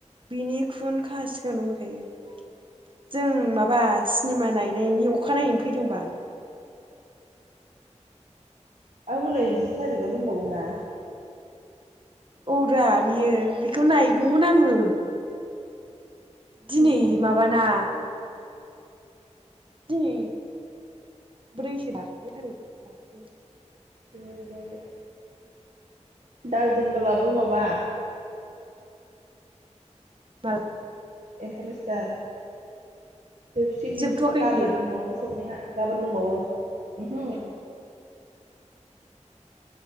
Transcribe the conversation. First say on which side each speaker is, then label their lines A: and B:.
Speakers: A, on the right; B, on the right.
A: बिनि खुनखाहा सिगां दंफैखायो । जों माबा सिनेमा नायनायनि अखानायनायैनो फैदोंबा ।
B: औ नैजि थारिखाव दंबावो ना।
A: औ दा बियो बेखौ नायगौमोन आङो। दिनै
B: बेनोथ'
A: माबाना दिनै ब्रैसो ना ब्रै थारिख।
B: <unintelligible> बारजोंब्लाबो माबा
A: माल
B: इन्टारेस्टार जोबसिन बिसोरबो
A: जोबथ'वाखै
B: गाबोन
A: बियो
B: नङाबा सबनेहा गाबोन दोंबावो उम हो
A: ए